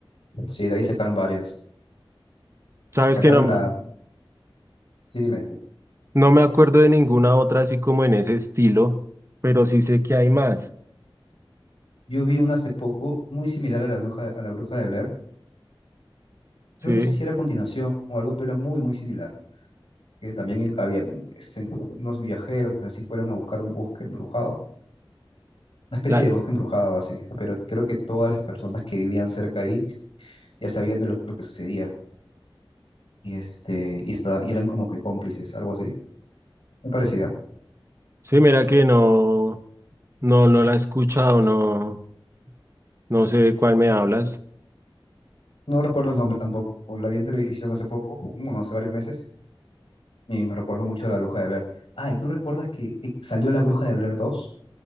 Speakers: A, on the left; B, on the right.
A: sí, de ahí sacaron varias.
B: Sabes
A: Sacaron
B: que no,
A: la... Sí, dime.
B: no me acuerdo de ninguna otra así como en ese estilo, pero sí sé que hay más,
A: Yo vi una hace poco muy similar a la bruja, a la bruja de Blair,
B: ¿sí?
A: pero no sé si era a continuación o algo, pero era muy, muy similar. Que también habían este, unos viajeros, así fueron a buscar un bosque embrujado una especie
B: La...
A: de bosque embrujado así, pero creo que todas las personas que vivían cerca ahí ya sabían de lo, lo que sucedía y este y esta- y eran como que cómplices, algo así. Me parecía.
B: Sí, mira que no, no, no la he escuchado, no, no sé de cuál me hablas.
A: No recuerdo el nombre tampoco. La vi en televisión hace poco, bueno, hace varios meses, y me recuerdo mucho de la Bruja de Blair. Ah, ¿y tú recuerdas que eh, salió la Bruja de Blair dos